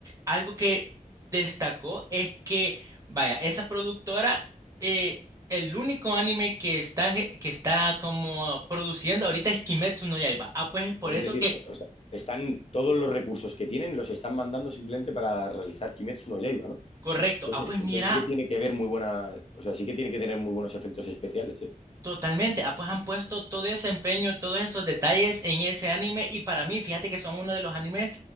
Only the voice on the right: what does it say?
algo que destacó es que, vaya, esa productora, eh, el único anime que está, ge- que está como produciendo ahorita es Kimetsu no Yaiba. Ah, pues es por
eso
que,
correcto.
Ah, pues
mira,
Totalmente, ah, pues han puesto todo ese empeño, todos esos detalles en ese anime y para mí, fíjate que son uno de los animes